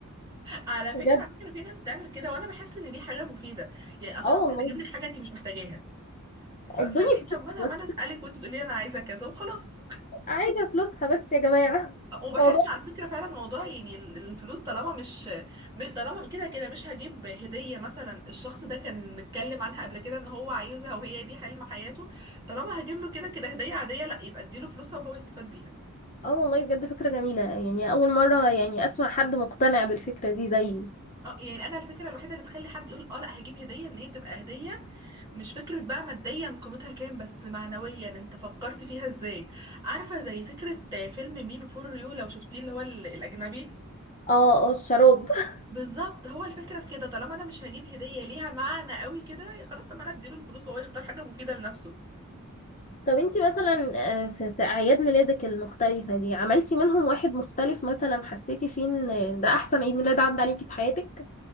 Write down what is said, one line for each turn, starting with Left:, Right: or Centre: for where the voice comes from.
Right: على
Left: بجد
Right: فكرة على فكرة في ناس بتعمل كده وانا بحس ان دي حاجة مفيدة يعني اصلا
Left: اه
Right: انا ممكن
Left: والله
Right: اجيب لك حاجة انت مش محتاجاها ف...
Left: ادوني
Right: فليه
Left: فلوسها
Right: طب ما انا
Left: بس
Right: ما انا اسالك وانت تقولي لي انا عايزة كذا وخلاص
Left: عايزه فلوسها بس يا جماعه
Right: <laughs> وبحس
Left: موضوع
Right: على فكرة فعلا موضوع يعني ال- الفلوس طالما مش م- طالما كده كده مش هجيب هدية مثلا الشخص ده كان متكلم عنها قبل كده ان هو عايزها وهي دي حلم حياته طالما هجيب له كده كده هدية عادية لا يبقى اديله فلوسها وهو يستفاد بيها
Left: اه والله بجد فكره جميله يعني اول مره يعني اسمع حد مقتنع بالفكره دي زيي
Right: اه يعني انا الفكره الوحيده اللي تخلي حد يقول اه لا هجيب هديه ان هي تبقى هديه مش فكره بقى ماديا قيمتها كام بس معنويا انت فكرت فيها ازاي عارفه زي فكره فيلم مي بيفور يو لو شفتيه اللي هو ال- الاجنبي
Left: اه اه الشراب <laughs>
Right: بالظبط هو الفكره في كده طالما انا مش هجيب هديه ليها معنى قوي كده خلاص طب ما انا اديله الفلوس وهو يختار حاجه مفيده لنفسه
Left: طب انتي مثلا آه، في في اعياد ميلادك المختلفه دي عملتي منهم واحد مختلف مثلا حسيتي فيه ان ده احسن عيد ميلاد عدى عليكي في حياتك